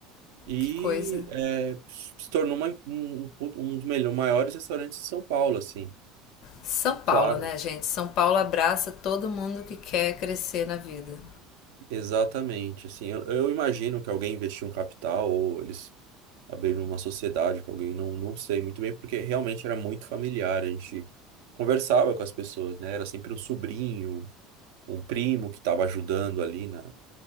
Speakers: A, on the right; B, on the left.
A: E
B: Que coisa.
A: é, se tornou uma- um, um, um dos melhores, maiores restaurantes de São Paulo, assim.
B: São Paulo,
A: Claro,
B: né, gente? São Paulo abraça todo mundo que quer crescer na vida.
A: Exatamente, assim, eu, eu imagino que alguém investiu um capital ou eles abriram uma sociedade com alguém, não, não sei muito bem, porque realmente era muito familiar, a gente conversava com as pessoas, né? Era sempre um sobrinho, um primo que estava ajudando ali na,